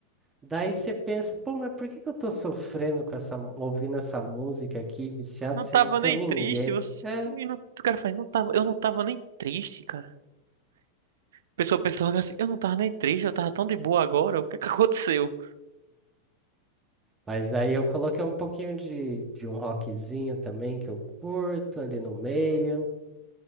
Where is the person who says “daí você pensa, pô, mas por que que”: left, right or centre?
Right